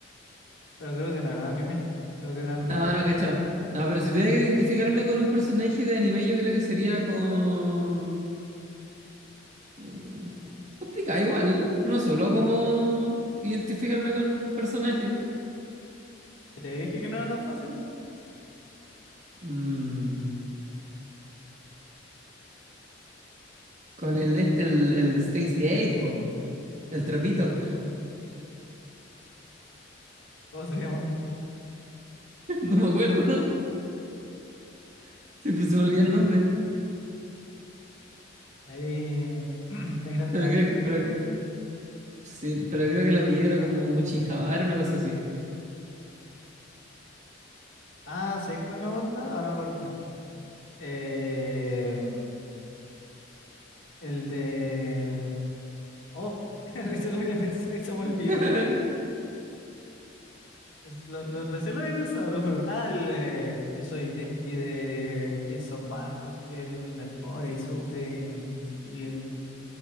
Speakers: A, on the left; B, on the right.
A: Pero creo que no eran anime. Creo que eran...
B: No, no, cacho. No, pero si tuviera que identificarme con un personaje de anime, yo creo que sería con. mm, Complicado igual. No solo como identificarme con personajes.
A: Te dije que no era tan fácil.
B: Mm, con el de este, el, el de Steins Gate, po. El trapito,
A: <laughs> ¿Cómo se llama?
B: <laughs> no me acuerdo. <laughs> Siempre se me olvida el nombre.
A: Ahí... <clears throat> De grande
B: Pero
A: la
B: creo,
A: tutu.
B: pero, sí, pero creo que el apellido era como Uchijabara, una cosa así.
A: Ah, ¿sabes cuál me gusta? Ahora corté. Eh, el de... Oh, <laughs> recién lo había pensado y se me olvidó.
B: <laughs>
A: Es- lo, lo- recién lo había pensado, te juro. Ah, el, eh, soy Denji de Chainsaw Man porque él es pobre y sufre y es y-